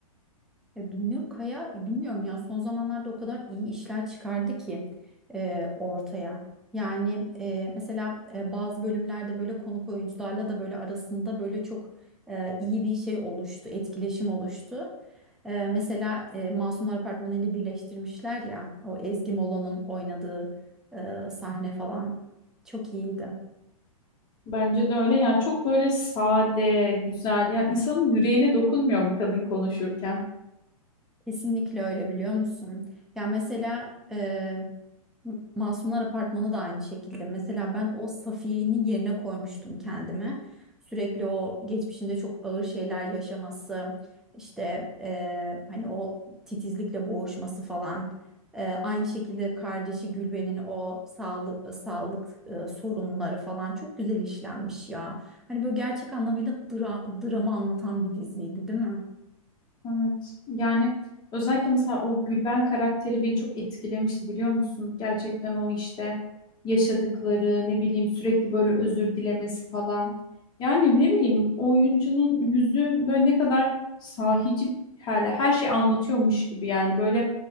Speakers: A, in the centre; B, on the left.
A: E, Binnur Kaya e, bilmiyorum ya son zamanlarda o kadar iyi işler çıkardı ki e, ortaya. Yani e, mesela e, bazı bölümlerde böyle konuk oyuncularla da böyle arasında böyle çok e, iyi bir şey oluştu, etkileşim oluştu. E, mesela e, Masumlar Apartmanı ile birleştirmişler ya o Ezgi Molo'nun oynadığı e, sahne falan çok iyiydi.
B: Bence de öyle ya çok böyle sade, güzel ya insanın yüreğine dokunmuyor mu kadın konuşurken?
A: Kesinlikle öyle biliyor musun? Ya mesela e, Masumlar Apartmanı da aynı şekilde. Mesela ben o Safiye'nin yerine koymuştum kendimi. Sürekli o geçmişinde çok ağır şeyler yaşaması, işte eee, hani o titizlikle boğuşması falan. Eee, aynı şekilde kardeşi Gülben'in o sağlık sağlık eee, sorunları falan çok güzel işlenmiş ya. Hani böyle gerçek anlamıyla dra- dramı anlatan bir diziydi, değil mi?
B: Evet. Yani özellikle mesela o Gülben karakteri beni çok etkilemişti biliyor musun? Gerçekten o işte yaşadıkları ne bileyim sürekli böyle özür dilemesi falan. Yani ne bileyim o oyuncunun yüzü böyle ne kadar sahici her, her şey anlatıyormuş gibi yani böyle